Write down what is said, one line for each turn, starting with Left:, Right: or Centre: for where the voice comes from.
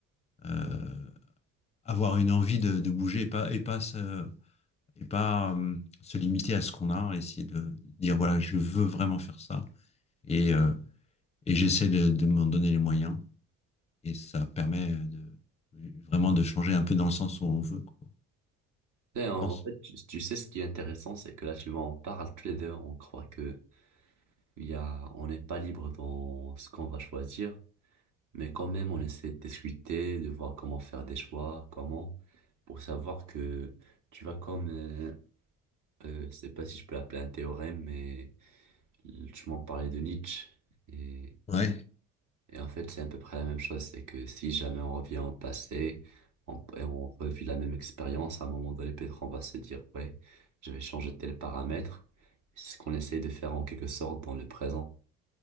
Left: euh, avoir une envie de, de bouger et pas, et pas, se, et pas euh, se limiter à ce qu'on a, essayer de dire, voilà, je veux vraiment faire ça. Et, euh, et j'essaie de, de m'en donner les moyens. Et ça permet de, vraiment de changer un peu dans le sens où on veut, quoi,
Right: Et en,
Left: je pense.
Right: en fait, tu, tu sais, ce qui est intéressant, c'est que là, tu vois, on parle tous les deux, on croit que il y a, on n'est pas libre dans ce qu'on va choisir. Mais quand même, on essaie de discuter, de voir comment faire des choix, comment, pour savoir que tu vas comme, euh, euh, je sais pas si je peux l'appeler un théorème, mais tu m'en parlais de Nietzsche. Et,
Left: Ouais,
Right: et en fait, c'est à peu près la même chose, c'est que si jamais on revient au passé, on, et on revit la même expérience, à un moment donné, peut-être on va se dire, ouais, je vais changer tel paramètre. C'est ce qu'on essaie de faire en quelque sorte dans le présent.